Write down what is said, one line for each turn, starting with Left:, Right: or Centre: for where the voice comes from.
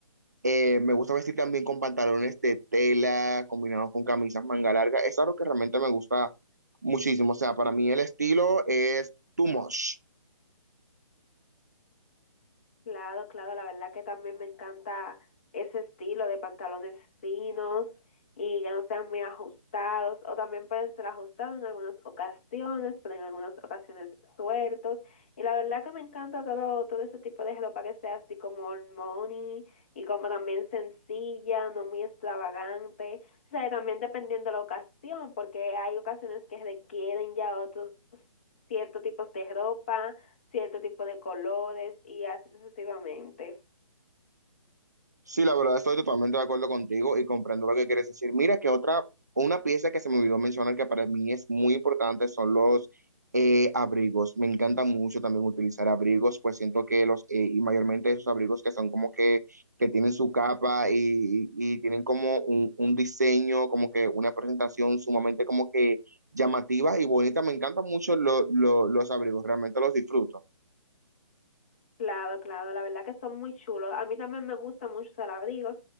Right: eh, me gusta vestir también con pantalones de tela combinados con camisas manga larga. Es algo que realmente me gusta muchísimo. O sea, para mí el estilo es too much.
Left: Claro, claro, la verdad que también me encanta ese estilo de pantalones finos y que no sean muy ajustados, o también pueden ser ajustados en algunas ocasiones, pero en algunas ocasiones sueltos. Y la verdad que me encanta todo, todo ese tipo de ropa que sea así como old money y como también sencilla, no muy extravagante. O sea, también dependiendo de la ocasión, porque hay ocasiones que requieren ya otros ciertos tipos de ropa cierto tipo de colores y así sucesivamente.
Right: Sí, la verdad estoy totalmente de acuerdo contigo y comprendo lo que quieres decir. Mira que otra, una pieza que se me olvidó mencionar que para mí es muy importante son los eh, abrigos. Me encanta mucho también utilizar abrigos, pues siento que los, eh, y mayormente esos abrigos que son como que, que tienen su capa y, y- y tienen como un, un diseño, como que una presentación sumamente como que llamativa y bonita. Me encantan mucho lo- lo- los abrigos, realmente los disfruto.
Left: Claro, claro, la verdad que son muy chulos. A mí también me gustan mucho los abrigos,